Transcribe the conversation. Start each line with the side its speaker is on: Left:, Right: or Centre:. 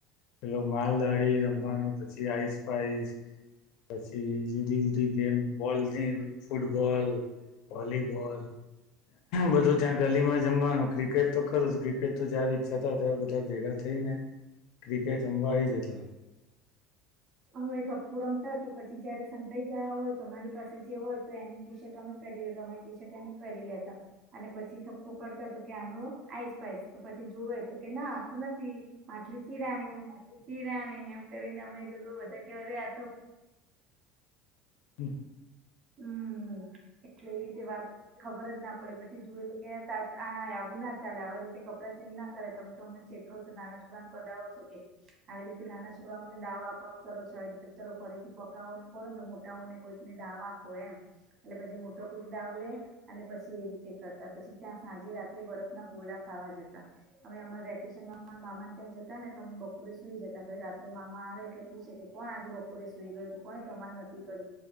Left: પેલો માલદાળી રમવાનું પછી, આઈસ પાાઈસ પછી જુદી જુદી ગેમ બોલ થી ફૂટબોલ વોલીબોલ બધું ત્યાં ગલી માં જમવાનું ક્રિકેટ તો ખરું જ ક્રિકેટ તો જયારે ઈચ્છા થાય ત્યારે બધા ભેગા થઈ ને ક્રિકેટ રમવા આવી જતા
Right: હવે સપુ રમતા પછી જયારે સન કઈ ગયા હોય તો મારી પાસે જે હોય તો એની ટી શર્ટ અમે પેરી લેતા અમારી ટી શર્ટ એને પેરી લેતા અને પછી થપ્પો કરતા હતો કે આનો આઈસ પાાઈસ તો પછી જોવે તો કે ના તો નથી માટલી ચીરાણી માટલી ચીરાણી એમ કરીને અમે લો કો બધા ક્યારે આ તો
Left: હમ
Right: હમ એટલે એ રીતે વાત ખબર જ ના પડે પછી જુએ તો કે કેહે તા આવું ના ચાલે આવા રીતે કપડાં ચેન્જ ના કરે તમે તો અમને છે તરો નાના છોકરા ને પદાવો છો કે આવી રીતે નાના છોકરાઓને દાવો આપ આપ કરો છો આવી રીતે ચલો ફરી થી પકાવો ને કોણ મોટાઓ ને કોઈકને દાવા કો એમ એટલે પછી મોટો કોઈક દાવ લે અને પછી એ રીતે કરતા પછી ત્યાં સાંજે રાત્રે બરો ગોડા ખાવા જતા અમે અમારે વેકેશન મામાન ત્યાં જતા ને તોમે બપોરે સુઈ જતા રાત્રે મામા આવે એટલે પૂછે કે કોણ આજે બપોરે સુઈ ગયું તું કોને ધમાલ નથી કરી